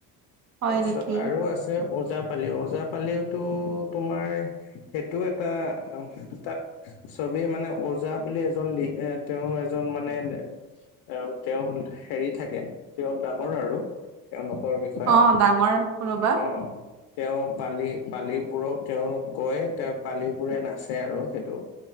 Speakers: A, on the right; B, on the left.
A: হয়
B: তাৰপিছত
A: নেকি
B: আৰু আছে ওজা পালি ওজা পালিও তোমাৰ সেইটো এটা তাত- চবেই মানে ওজা বুলি এজন লি এ তেওঁৰ এজন মানে- এ তেওঁ হেৰি থাকে তেওঁ ডাঙৰ আৰু। তেওঁলোকৰ বিষয়ে,
A: অ ডাঙৰ কোনোবা
B: অ। তেওঁ পালি পালিবোৰক তেওঁ কৈ তেওঁ পালিবোৰে নাচে আৰু সেইটো।